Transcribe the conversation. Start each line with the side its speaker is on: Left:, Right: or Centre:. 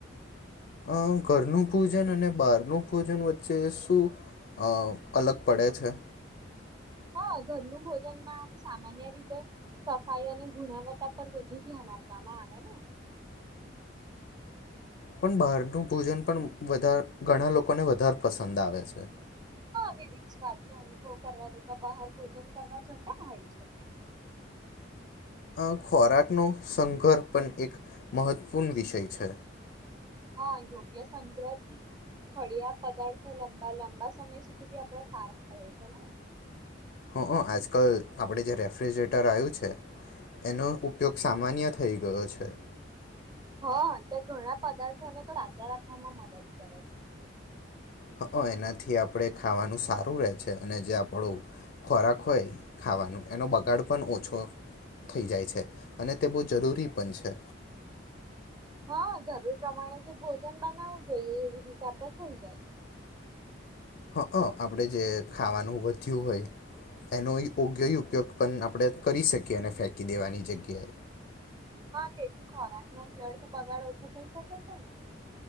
Left: અ ઘરનું ભોજન અને બહારનું ભોજન વચ્ચે શું અ અલગ પડે છે?
Right: હા. ઘરનું ભોજન માં આમ સામાન્ય રીતે સફાઈ અને ગુણવત્તા પર વધુ ધ્યાન આપવામાં આવે ને.
Left: પણ બહારનું ભોજન પણ વધારે ઘણા લોકોને વધારે પસંદ આવે છે.
Right: વિવિધ સ્વાદ નો અનુભવ કરવા બહાર ભોજન કરવા જતા હોય છે.
Left: આ ખોરાકનો સઘર્હ પણ એક મહત્વપૂર્ણ વિષય છે.
Right: હા. યોગ્ય સંગ્રહ થી હળિયા પદાર્થો લંબા લંબા સમય સુધી આપડા સારા રહેે છે ને.
Left: હં હ આજકાલ આપણે જે રેફ્રિજરેટર આવ્યું છે, એનો ઉપયોગ સામાન્ય થઈ ગયો છે.
Right: હા. તે ઘણા પદાર્થોને તો તાજા રાખવામાં મદદ કરે છે.
Left: હ એનાથી આપણે ખાવાનું સારું રહે છે અને જે આપણો ખોરાક હોય ખાવાનું એનો બગાડ પણ ઓછો થઈ જાય છે, અને તે બહુ જરૂરી પણ છે.
Right: હા. જરૂર પ્રમાણે જે ભોજન બનાવવું જોઈએ એવી રીતે આપડે થઇ જાય.
Left: હં અ આપણે જે ખાવાનું વધ્યું હોય એનો યોગ્ય ઉપયોગ પણ આપણે કરી શકીએ અને ફેંકી દેવાની જગ્યાએ.
Right: હા. તેથી ખોરાક નો વ્યર્થ બગાડ ઓછો થઈ શકે છે ને.